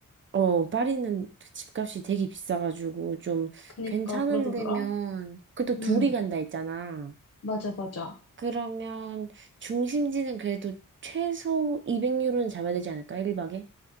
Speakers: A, on the right (about 35°); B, on the left (about 45°).
A: 어, 파리는 집값이 되게 비싸가지고 좀
B: 그니까,
A: 괜찮은
B: 그러더더라.
A: 데면, 그또 둘이
B: 응,
A: 간다 했잖아.
B: 맞아, 맞아.
A: 그러면 중심지는 그래도 최소 200유로는 잡아야 되지 않을까? 1박에?